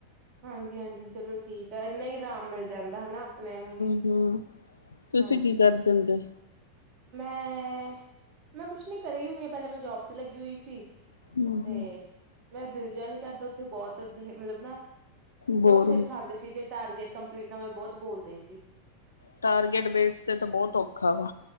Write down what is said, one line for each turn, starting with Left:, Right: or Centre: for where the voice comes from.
Right: ਹਾਂਜੀ-ਹਾਂਜੀ, ਚਲੋ ਠੀਕ ਆ ਐਨਾ ਈ ਅਰਾਮ ਮਿਲ ਜਾਂਦਾ ਹੈਨਾ ਆਪਣੇਆ ਨੂੰ ਵੀ।
Left: ਹੂੰ, ਤੁਸੀਂ
Right: ਹਾਂਜੀ।
Left: ਕੀ ਕਰਦੇ ਹੁੰਦੇ?
Right: ਮੈਂ, ਮੈਂ ਕੁਛ ਨੀ ਘਰੇ ਹੁੰਨੀ ਆ ਪੈਲੇ ਮੈਂ ਜੋਬ ਤੇ ਲੱਗੀ ਹੋਈ ਸੀ
Left: ਹੂੰ-ਹੂੰ-ਹੂੰ
Right: ਤੇ ਮੈਂ ਦਿਲ ਜਿਆ ਨੀ ਕਰਦਾ ਉੱਥੇ ਬੌਤ ਮਤਲਬ ਨਾ
Left: ਬੋਰ
Right: ਬੋਤ ਸਿਰ
Left: ਹੁੰ
Right: ਖਾਂਦੇ ਸੀ ਜੇ ਟਾਰਗੇਟ ਕੰਪਲੀਟ ਨਾ ਹੋਏ ਬੋਤ ਬੋਲਦੇ ਸੀ
Left: ਟਾਰਗੇਟ ਬੇਸ ਤੇ ਤਾਂ ਬੋਤ ਔਖਾ ਵਾ